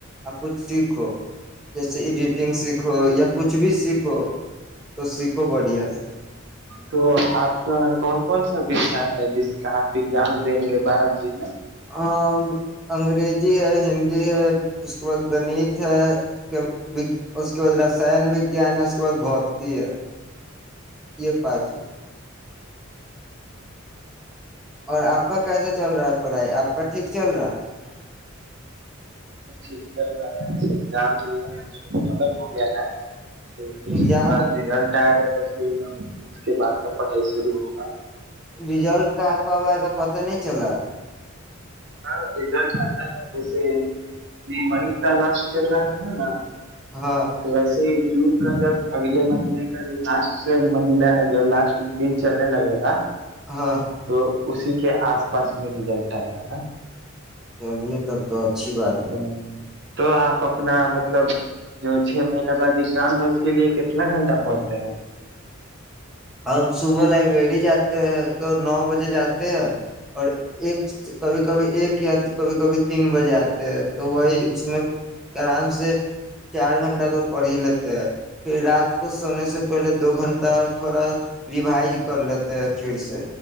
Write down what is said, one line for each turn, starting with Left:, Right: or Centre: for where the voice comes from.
Centre: اپ <unintelligible> کچھ سیکھو جیسے ایڈیٹنگ سیکھو یا <unintelligible> کچھ بھی سیکھو <unintelligible> تو سیکھو بڑھیا سے <unintelligible>
Right: تو آپ کے کون کون سا وشا ہے جس کا آپ ایگزام دیں گے بارہوی میں <unintelligible>
Centre: ہاں انگریزی ہے ہندی <unintelligible> ہے اس کے بعد <unintelligible> گنیت ہے <unintelligible> اس کے بعد رسائن وگان ہے <unintelligible> ت بہت کی ہے یہ پچ اور آپ کا کیسا چل رہا ہے پڑھائی آپ کا ٹھیک چل رہا <unintelligible>
Right: یک رہگزام دی ختم ہو گیا ہے تو کچھ
Centre: ایگزام
Right: دن بعد رزلٹ آئے گا <unintelligible> ب اس کے بار کا پڑھائی ضرع ہونا ہے <unintelligible>
Centre: ریزلٹ کا کب آئے گا پتہ نہیں چلا <unintelligible>
Right: ہاں <unintelligible> رز آتا ہے جیسے <unintelligible> لاٹ چل رہا تھا نا
Centre: ہاں
Right: تو ویسے ہی جون کا جب اگلے مہینے کا لاسٹ مہ <unintelligible> جب لاسٹ دن چلنے لگے گا <unintelligible>
Centre: ہاں <unintelligible>
Right: تو اسی کے آس پاس میں ریزلٹ آتا ہے <unintelligible>
Centre: چلیے تب تو اچھی بات
Right: ہ
Centre: ہے
Right: تو آپ اپنا مطلب جو چ <unintelligible> مہنے بعد ایگزام ہے اس کے لیے کتنا گھنٹہ پڑنتے ہیں <unintelligible>
Centre: ہم صبح لائبریری جاتے ہیں <unintelligible> تو نو بجے جاتے ہیں اور ایک کبھی کبھی ایک <unintelligible> کیات کبھی کبھی تین بج آت <unintelligible> تو وہی اس میں آرام سے چار گھنٹہ تو پڑ ہی لیتے ہیں پھر رات کو سونے سے <unintelligible> دو گھنٹہ تھوڑا ریوائز کر لیتے ہیں پھر سے